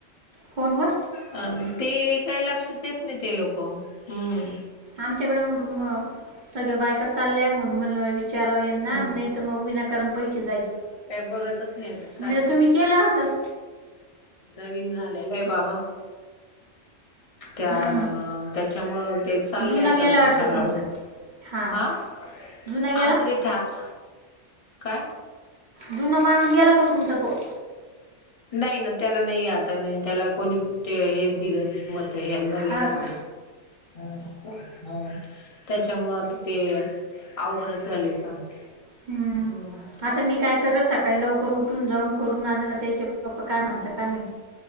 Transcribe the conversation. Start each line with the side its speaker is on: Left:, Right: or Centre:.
Right: फोनवर
Left: अ ते काही लक्ष देत नाही ते लोक हम्म.
Right: आमच्याकडं म सगळ्या बायका चालल्या म्हणून म्हणल विचाराव यांना
Left: ह
Right: नाही तर मग विनाकारण पैसे जायचे.
Left: काय बघतच नाही तर
Right: म्हणलं
Left: काय?
Right: तुम्ही केलं असेल
Left: नवीन झालेलं आहे बाबा त्या
Right: हं
Left: त्याच्यामुळं ते चालले
Right: जुना
Left: आता
Right: गेला वाटतं
Left: हळूहळू.
Right: तुमचा हां
Left: हं
Right: जुना गेला
Left: आमचे ते ठाक काय?
Right: जुन माणूस गेला का तुमचा तो?
Left: नाही ना त्याला नाही आता नाही त्याला कोणी हेच दिलं नाही मत. तर हे नवीनच
Right: हा का
Left: आहे हम्म -हम्म त्याच्यामुळ आता ते अवघडच झालय काम हम्म.
Right: हं. आता मी काय करल सकाळी लवकर उठून जाऊन करून आणन त्याचे पप्पा काय मानता काय माहित.